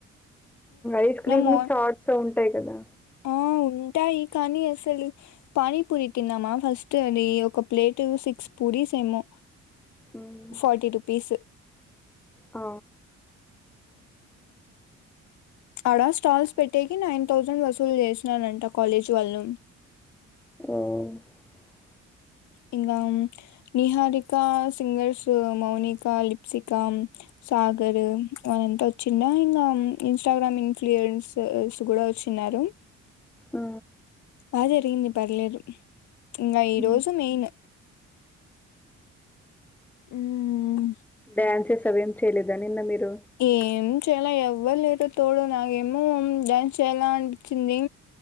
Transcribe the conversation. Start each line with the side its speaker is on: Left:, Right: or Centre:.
Centre: ఐస్ క్రీమ్లు
Left: మార్
Centre: చార్ట్స్ ఉంటాయి కదా
Left: ఆ ఉంటాయి, కానీ అసలు పానీపూరి తిన్నామా ఫస్ట్ అది ఒక ప్లేటు సిక్స్ పూరీస్ ఏమో
Centre: ఉమ్
Left: ఫార్టీ రుపీస్.
Centre: ఆ
Left: ఆడ స్టాల్స్ పెట్టేకి నైన్ థౌసండ్ వసూలు చేసి నారంట కాలేజీ వాళ్ళు.
Centre: <inaudible>
Left: ఇంగా నిహారికా, సింగర్స్ మౌనికా, లిప్సికా, సాగర్, అనంత్ వచిండా ఇంగా ఇన్స్టాగ్రామ్ ఇన్ఫ్లూయన్సర్స్ కూడా వచ్చిన్నారు.
Centre: ఆ
Left: బా జరిగింది పర్లేదు ఇంగా ఈ
Centre: ఉమ్
Left: రోజు మెయిన్ మ్మ్.
Centre: డ్యాన్స్ స్ అవేం చేయలేదా నిన్న మీరు.
Left: ఏం చేయాల ఎవ్వరు లేరు తోడు నాగేమో డ్యాన్స్ చేయాలా అనిపించింది.